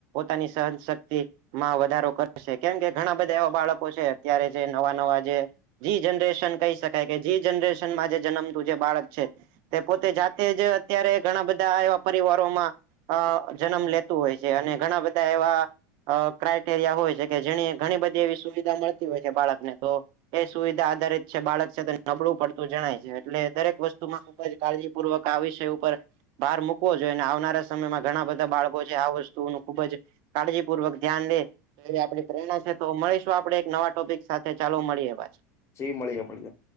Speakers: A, on the right; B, on the left.
A: પોતાની સહન શક્તિ માં વધારો કરશે. કેમ કે ઘણા બધા એવા બાળકો છે અત્યારે જે નવા નવા જે જી જનરેશન કહી શકાય કે જી જનરેશનમાં જે જન્મતું જે બાળક છે. તે પોતે જાતે જ અત્યારે ઘણા બધા એવા પરિવારોમાં અ જન્મ લેતું હોય છે. અને ઘણા બધા એવા અ ક્રાઈટેરિયા હોય છે કે જેની ઘણી બધી એવી સુવિધા મળતી હોય છે બાળકને તો એ સુવિધા આધારિત છે બાળક છે તે નબળું પડતું જણાય છે. એટલે દરેક વસ્તુમાં ખુબ જ કાળજી પૂર્વક આ વિષય ઉપર ભાર મૂકવો જોઈએ ને આવનારા સમયમાં ઘણા બધા બાળકો છે આ વસ્તુુઓનું ખુબ જ કાળજીપૂર્વક ધ્યાન દે. એવી આપણી પ્રેરણા છે. તો મળીશું આપડે એક નવા ટોપિક સાથે ચાલો મળીએ પાછા.
B: જી મળીએ મળીએ.